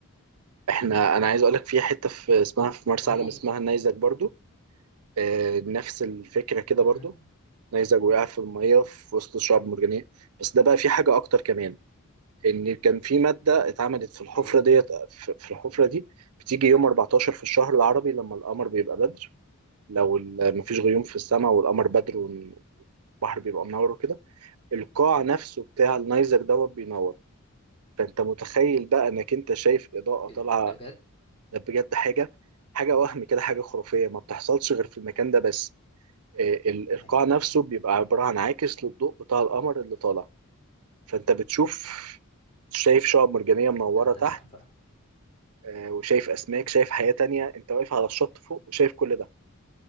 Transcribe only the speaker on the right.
احنا انا عايز اقول لك في حته في اسمها في مرسى
علم
اسمها النيزك برضو آه، نفس الفكرة كده
برضو نيزك وقع في المية في وسط الشعب المرجانية بس ده بقى فيه حاجة أكتر كمان إن كان في مادة اتعملت في الحفرة
ديت في في الحفرة دي بتيجي يوم 14 في الشهر العربي لما القمر بيبقى بدر لو ال- مفيش غيوم في السماء والقمر بدر والبحر بيبقى منور وكده القاع نفسه بتاع النيزك دوت بينور فأنت متخيل بقى إنك أنت شايف إضاءة
طالعة
ده بجد حاجة حاجة وهم كده حاجة خرافية ما بتحصلش غير في المكان ده بس آه، ال- القاع
نفسه بيبقى عبارة عن عاكس للضوء بتاع القمر اللي طالع فأنت بتشوف شايف شعاب مرجانية
منورة
تحت
آه، وشايف أسماك شايف حياة تانية أنت واقف على الشط فوق وشايف كل ده